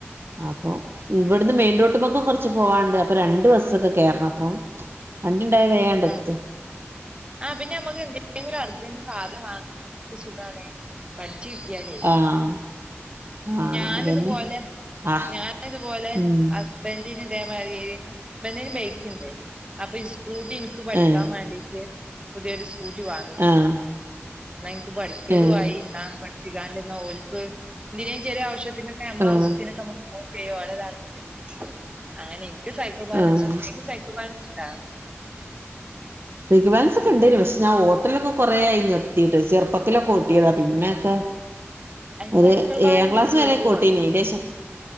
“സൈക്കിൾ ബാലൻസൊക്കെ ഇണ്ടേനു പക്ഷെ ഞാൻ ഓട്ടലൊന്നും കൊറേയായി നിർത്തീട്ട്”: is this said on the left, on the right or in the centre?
Right